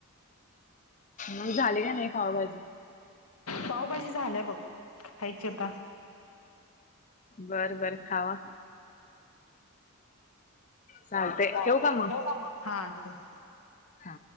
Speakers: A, on the left; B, on the left.
A: मग झाली कणी पावभाजी.
B: पावभाजी झाल्या बघ, खायची आता.
A: बर बर खावा. चालते
B: चालतंय
A: ठेवू का
B: ठेऊ कां, मग हां ठेव.
A: हा.